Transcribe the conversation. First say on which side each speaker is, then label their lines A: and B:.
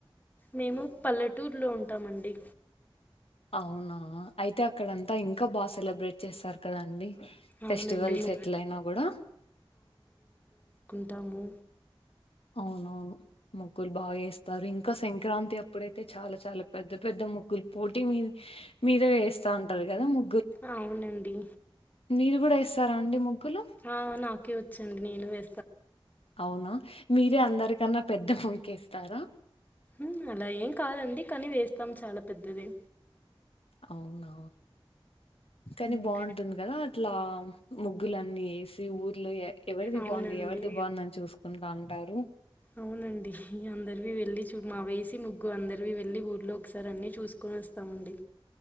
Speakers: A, on the left; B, on the left.
A: మేము పల్లెటూర్లో ఉంటామండి
B: అవునా అయితే అక్కడంతా ఇంకా బాగా సెలబ్రేట్ చేస్తార్ కదండి
A: అవునండి
B: ఫెస్టివల్స్
A: ము
B: ఎట్లయినా కూడా
A: తాము
B: అవునవును ముగ్గులు బాగా వేస్ తారు ఇంకా సంక్రాంతి అప్పుడైతే చాలా చాలా పెద్ద పెద్ద ముగ్గులు పోటీ మీ మీదే వేస్తా ఉంటారు కదా ము
A: అవునండి
B: మీరు కూడా ఎస్తారా అండి ముగ్గులు
A: ఆ నాకే వచ్చు అండి నేను వే
B: అవునా మీరే అందరికన్నా పెద్ద పొంకేస్తారా
A: ఉ అలా ఏం కాదండి కానీ వేస్తాం చాలా పెద్దది
B: అవునా కానీ
A: ఉమ్
B: బాగుంటుంది కదా అట్లా ముగ్గులన్నీ ఏసి ఊర్లో ఎవరిది
A: అవునండి
B: బాగుంది ఎవరిది బాగుందని చూసుకుంటా అంటారు
A: అవునండి అందరివి వెళ్ళి మా వేసి ముగ్గు అందరి వెళ్ళి ఊళ్ళో ఒకసారి అన్నీ చూసుకొని వస్తామండి